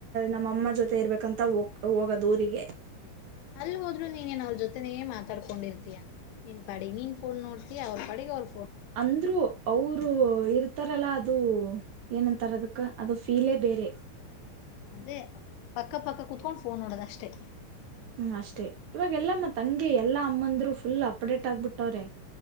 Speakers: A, on the right; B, on the left.
A: ನಮ್ಮಮ್ಮ ಜೊತೆ ಇರ್ಬೇಕಂತಗ ಹೋಗದೂರಿಗೆ.
B: ಅಲ್ಲೋಹೋದ್ರು ನೀನೆನ್ ಅವ್ರ ಜೊತೆನ ಮಾತಾಡ್ಕೊಂಡಿರ್ತೀಯ ನೀನ್ ಪಾಡಿಗ್ ನೀನ್ ಫೋನ್ ನೋಡ್ತೀಯ ಅವ್ರ ಪಡಿಗೆ ಅವ್ರ
A: ಅಂದ್ರು ಅವ್ರು ರು ಇರ್ತಾರಲ್ಲ ಅದು ಏನಂತಾರ ಅದಕ್ಕ ಅದು ಫೀಲೇ ಬೇರೆ.
B: ಅದೇ ಪಕ್ಕ ಪಕ್ಕ ಕುೂತ್ಕೊಂಡು ಫೋನ್ ನೋಡದ ಅಷ್ಟೇ.
A: ಹ್ಮ್ ಅಷ್ಟೇ ಇವಾಗ ಎಲ್ಲಮ್ಮ ತಂಗಿ ಎಲ್ಲಾ ಅಮ್ಮಂದ್ರು ಫುಲ್ ಅಮ್ಮಂದ್ರು ಫುಲ್ ಅಪ್ಡೇಟ್ ಆಗ್ಬಿಟ್ಟವ್ರೆ.